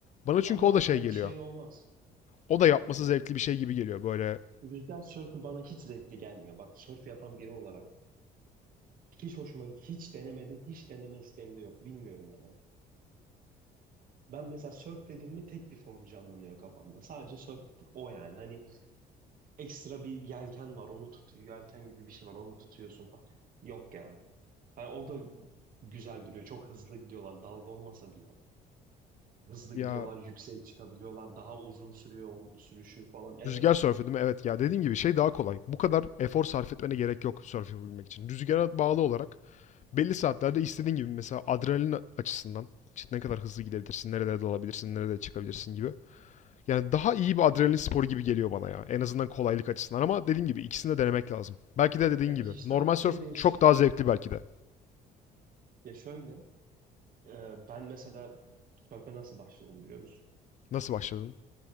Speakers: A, on the left; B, on the right.
A: Bana
B: ama
A: çünkü o da şey
B: hani
A: geliyor.
B: şey olmaz.
A: O da yapması
B: Ya bu-
A: zevkli bir şey gibi geliyor böyle.
B: Rüzgar sörfü bana hiç zevkli gelmiyor. Bak sörf yapan biri olarak Hiç hoşuma hiç denemedim, hiç deneme isteğim de yok. Bilmiyorum neden. Ben mesela surf dediğim mi tek bir form canlanıyor kafamda. Sadece surf o yani. Hani ekstra bir yelken var onu tutuyor. Yelken gibi bir şey var onu tutuyorsun falan. Yok ya. Hani o da güzel duruyor. Çok hızlı gidiyorlar dalga olmasa bile. Hızlı
A: Ya
B: gidiyorlar yükseğe çıkabiliyorlar. Daha uzun sürüyor onun sürüşü falan. Evet.
A: rüzgar sörfü değil mi? Evet ya dediğin gibi şey daha kolay. Bu kadar efor sarf etmene gerek yok sörf yapabilmek için. Rüzgara bağlı olarak belli saatlerde istediğin gibi mesela adrenalin açısından işte ne kadar hızlı gidebilirsin, nerelere dalabilirsin, nerede çıkabilirsin gibi. Yani daha iyi bir adrenalin sporu gibi geliyor bana ya. En azından kolaylık açısından ama dediğim gibi ikisini de denemek lazım. Belki de dediğin
B: Ya
A: gibi.
B: kişiden
A: Normal
B: kişiye
A: surf
B: değişir.
A: çok daha zevkli belki de.
B: Ya şöyle e, ben mesela surf'e nasıl başladım biliyor musun?
A: Nasıl başladın?